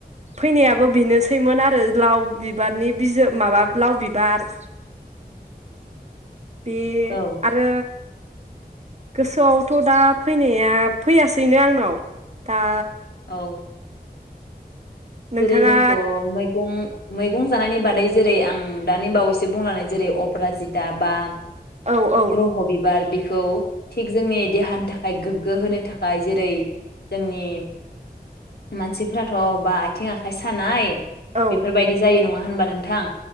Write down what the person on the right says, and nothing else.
फैनायाबो बेनोसैमोन आरो लाव बिबारनि बिजौ माबा लाव बिबार बे
आरो गोसोआवथ दा फैनाया फैयासैनो आंनाव दा
नोंथाङा
औ औ
औ